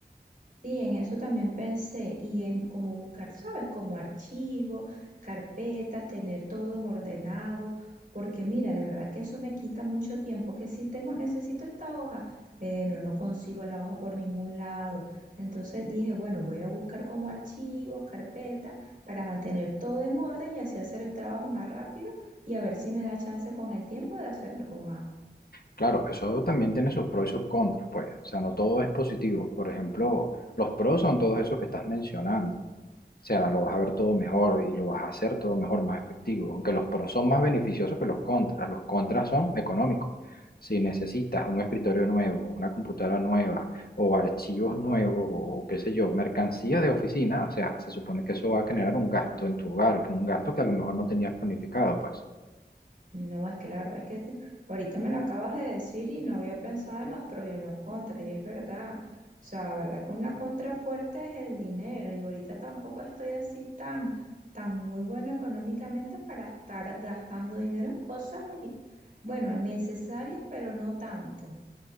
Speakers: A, on the right; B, on the left.
A: Sí, en eso también pensé y en cómo buscar, ¿sabes? Como archivos, carpetas, tener todo en ordenado, porque mira, de verdad que eso me quita mucho tiempo, que si tengo, necesito esta hoja, eh, no, no consigo la hoja por ningún lado. Entonces dije, bueno, voy a buscar como archivos, carpetas, para mantener todo en orden y así hacer el trabajo más rápido y a ver si me da chance con el tiempo de hacer algo más.
B: Claro, eso también tiene sus pros y sus contras, pues. O sea, no todo es positivo. Por ejemplo, los pros son todos esos que estás mencionando O sea, lo vas a ver todo mejor y lo vas a hacer todo mejor, más efectivo. Aunque los pros son más beneficiosos que los contras. Los contras son económicos. Si necesitas un escritorio nuevo, una computadora nueva o archivos nuevos o qué sé yo, mercancía de oficina, o sea, se supone que eso va a generar un gasto en tu hogar, que un gasto que a lo mejor no tenías planificado, pues.
A: No, es que la verdad es que te- ahorita me lo acabas de decir y no había pensado en los pros y en los contras, y es verdad. O sea, la verdad que una contra fuerte es el dinero, y ahorita tampoco estoy así tan, tan muy buena económicamente para estar gastando dinero en cosas, y- bueno, necesarias, pero no tanto.